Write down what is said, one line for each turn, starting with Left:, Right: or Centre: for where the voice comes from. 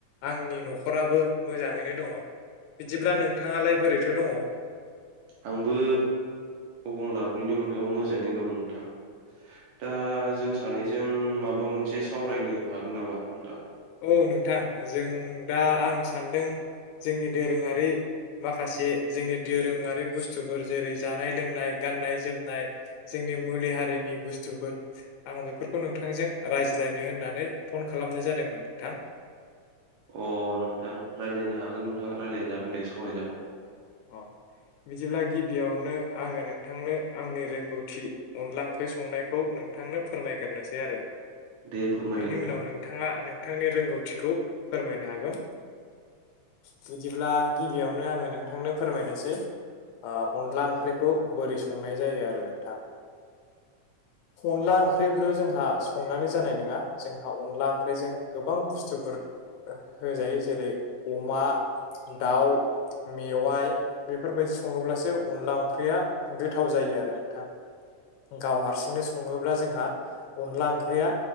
Left: आंनि न'खराबो मोजाङैनो दङ बिदिब्ला नोंथाङालाय बोरैथो दङ?
Right: आंबो <unintelligible> अननायाव मोजाङैनो दं नोंथां। दा जों सानैजों माबा मोनसे सावरायनो हागोन नामा नोंथां?
Left: औ नोंथां जों दा आं सानदों जोंनि दोरोङारि माखासे जोंनि दोरोङारि बुस्थुफोर जेरै जानाय लोंनाय गाननाय जोमनाय जोंनि मुलि हारिनि बुस्थुफोर आं बेफोरखौ नोंथांजों रायज्लायनो होननानै फन खालामनाय जादोंमोन नोंथां
Right: अ नोंथां रायलायनो हागोन नोंथां रायलायजागोन दे सावरायजागोन। <inaudible>
Left: अ बिदिब्ला गिबियावनो आङो नोंथांनो आंनि रोंगौथि अनला ओंख्रि संनायखौ नों थांनो फोरमायग्रोनोसै आरो
Right: दे फोरमायदो
Left: बेनि
Right: नोंथां
Left: उनाव नों थाङा नोंथांनि रोंगौथिखौ फोरमायनो हागोन। बिदिब्ला गिबियावनो आङो नोंथांनो फोरमायनोसै आ अनला ओंख्रिखौ बोरै संनाय जायो आरो नोंथां। अनला ओंख्रिल' जोंहा संनानै जानाय नङा जोंहा अनला ओंख्रिजों गोबां बुस्थुफोर होजायो जेरै अमा, दाउ, मेवाइ बेफोरबायदि सङोब्लासो अनला ओंख्रिया गोथाव जायो आरो नोंथां। गाव हारसिंनो सङोब्ला जोंहा अनला ओंख्रिया